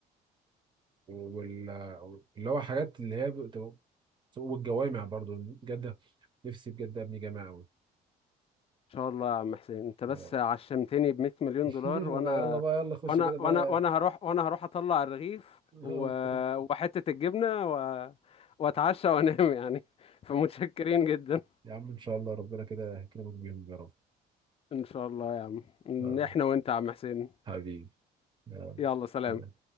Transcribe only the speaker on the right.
وال اللي هو حاجات اللي هي بت- والجوامع برضو جدة نفسي بجد ابني جامع قوي
آه.
<laughs>
لا يلا بقى يلا خش
كده بقى
<laughs>
يا عم ان شاء الله ربنا كده يكرمك بيهم يا رب
آه،
حبيبي يلا
سلام